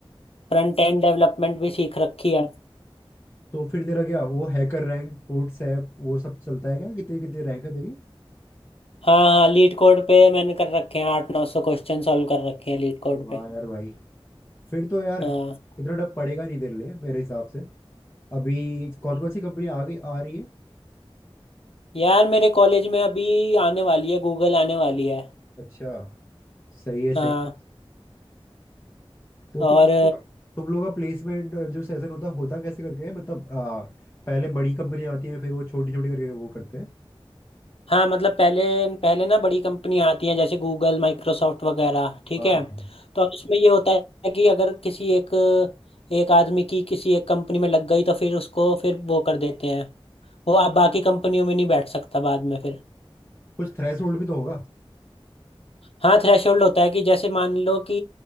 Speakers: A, on the left (about 75°); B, on the left (about 25°).
A: फ्रंट एंड डेवलपमेंट भी सीख रखी है
B: तो फिर तेरा क्या वो हैकर रैंक कोड सैप वो सब चलता है क्या कितनी कितनी रैंक है तेरी
A: हाँ हाँ लीड कोड पे मैंने कर रखे हैं आठ नौ सौ क्वेश्चन सॉल्व कर रखे हैं लीड कोड
B: वाह
A: पे
B: यार भाई फिर तो यार
A: हाँ
B: इतना डर पड़ेगा नहीं तेरे लिए मेरे हिसाब से अभी कौन कौन सी कंपनी आ गई आ रही है
A: यार मेरे कॉलेज में अभी आने वाली है गूगल आने वाली है
B: अच्छा सही है सही
A: हाँ
B: तो
A: और
B: तुम तुम लोग का प्लेसमेंट जो सेशन होता है होता कैसे करके है मतलब आ, पहले बड़ी कंपनियां आती हैं फिर वो छोटी छोटी करके वो करते हैं
A: हाँ मतलब पहले पहले ना बड़ी कंपनी आती हैं जैसे गूगल माइक्रोसॉफ्ट वगैरह ठीक
B: हाँ
A: है
B: हाँ हाँ।
A: तो इसमें ये होता है कि अगर किसी एक एक आदमी की किसी एक कंपनी में लग गई तो फिर उसको फिर वो कर देते हैं वो आप बाकी कंपनियों में नहीं बैठ सकता बाद में फिर
B: कुछ थ्रेशोल्ड भी तो होगा
A: हाँ थ्रेशोल्ड होता है कि जैसे मान लो कि